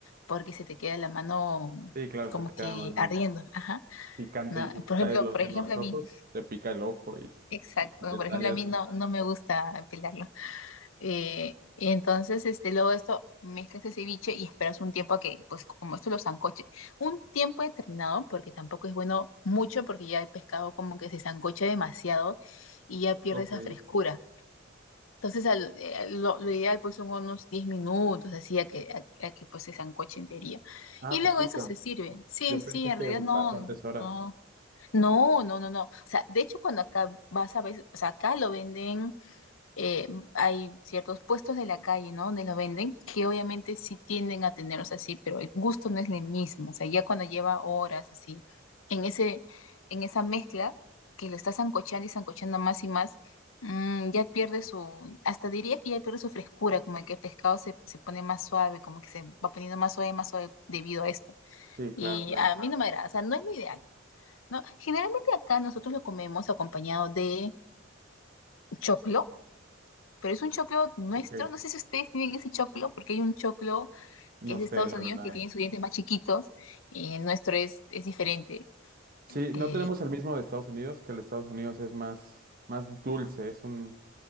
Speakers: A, on the left; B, on the right.
A: porque se te queda la mano
B: Sí, claro,
A: como
B: se te
A: que
B: queda a mano
A: ardiendo, ajá.
B: picante
A: No,
B: y si te
A: por
B: tallas
A: ejemplo,
B: lo-
A: por
B: en
A: ejemplo
B: los
A: a
B: ojos,
A: mí,
B: te pica el ojo y,
A: exacto,
B: y si te
A: por
B: tallas...
A: ejemplo a mí no, no me gusta pelarlo. Eh, y entonces, este, luego de esto, mezclas el ceviche y esperas un tiempo a que, pues como esto lo sancoche, un tiempo determinado, porque tampoco es bueno mucho, porque ya el pescado como que se sancocha demasiado y ya pierde
B: Ok.
A: esa frescura. Entonces, al- eh, lo, lo ideal pues son unos 10 minutos, así a que, a, a que pues se sancoche entería.
B: Ah,
A: Y
B: poquito.
A: luego eso se sirve. Sí,
B: Yo
A: sí,
B: pensé
A: en
B: que
A: realidad no,
B: bastantes horas.
A: no, no, no, no, no. O sea, de hecho cuando acá vas a ver, o sea, acá lo venden eh, hay ciertos puestos de la calle, ¿no? Donde lo venden, que obviamente sí tienden a tenerlos así, pero el gusto no es el mismo. O sea, ya cuando lleva horas así, en ese, en esa mezcla, que lo está sancochando y sancochando más y más, mm, ya pierde su, hasta diría que ya pierde su frescura, como el que el pescado se, se pone más suave, como que se va poniendo más suave, más suave debido a esto.
B: Sí,
A: Y
B: claro, claro.
A: a mí no me agrada, o sea, no es lo ideal. ¿no? Generalmente acá nosotros lo comemos acompañado de choclo, pero es un choclo nuestro.
B: Ok.
A: No sé si ustedes tienen ese choclo, porque hay un choclo
B: No
A: que es
B: sé,
A: de Estados
B: la
A: Unidos
B: verdad.
A: que tiene sus dientes más chiquitos y el nuestro es, es diferente.
B: Sí, no
A: Eh,
B: tenemos el mismo de Estados Unidos, que el de Estados Unidos es más, más dulce, es un...